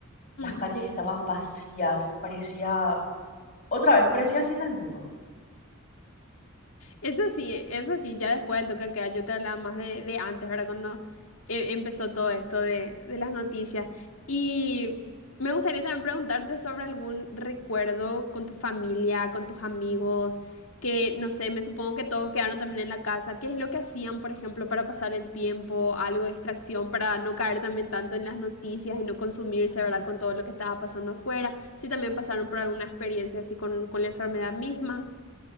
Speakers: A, on the left; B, on the left.
A: las
B: Ujú.
A: calles estaban vacías, parecía, otra vez, parecía el fin del mundo.
B: Eso sí, eso sí, ya después del toque de queda, yo te hablaba más de, de antes, ¿verdad? Cuando eh, empezó todo esto de, de las noticias. Y me gustaría también preguntarte sobre algún recuerdo con tu familia, con tus amigos, que no sé, me supongo que todos quedaron también en la casa. ¿Qué es lo que hacían, por ejemplo, para pasar el tiempo, algo de distracción, para no caer también tanto en las noticias y no consumirse,
A: Ujú.
B: ¿verdad? Con todo lo que estaba pasando afuera. Si también pasaron por alguna experiencia así con, con la enfermedad misma.